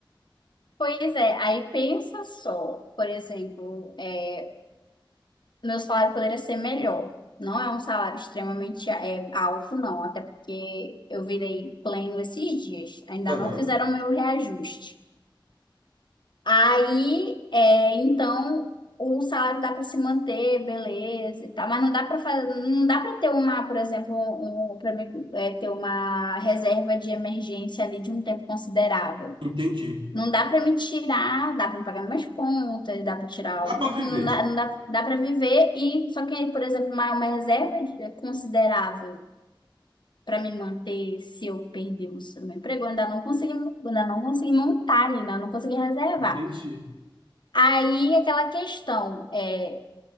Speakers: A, on the left; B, on the right.
A: Pois é, aí pensa só, por exemplo, é, Meu salário poderia ser melhor. Não é um salário extremamente é, alto, não. Até porque eu virei pleno esses dias. Ainda
B: Aham.
A: não fizeram meu reajuste. Aí, é, então, o salário dá para se manter, beleza, e tal, mas não dá para fazer, não dá para ter uma, por exemplo, um, para mim, é, ter uma reserva de emergência ali de um tempo considerável.
B: Entendi.
A: Não dá para me tirar, dá para pagar minhas contas, dá para tirar
B: Dá
A: um
B: pra
A: pouquinho,
B: viver.
A: não dá, não dá, dá para viver e só que, por exemplo, uma, uma reserva de- é considerável para me manter se eu perder o seu- meu emprego, eu ainda não consegui, ainda não consegui montar ali, né? Eu não consegui reservar.
B: Entendi.
A: Aí aquela questão, é,